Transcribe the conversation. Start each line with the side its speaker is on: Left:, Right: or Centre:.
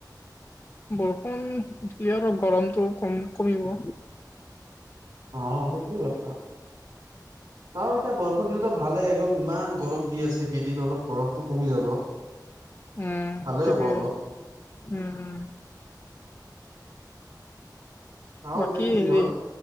Left: বৰষুণ দিলে আৰু গৰমটো কম কমিব।
Right: অ সেইটোয়ে কথা তাৰ এতিয়া বৰষুণ দিলো ভালেই- অলপ ইমান গৰম দি আছে কেইদিন অলপ গৰমতটো কমি যাব।
Left: উম
Right: ভালে
Left: ঠিকেই
Right: হ'ব অলপ
Left: উম উম।
Right: চাও
Left: বাকী
Right: এতিয়া কি
Left: হেৰি
Right: হয়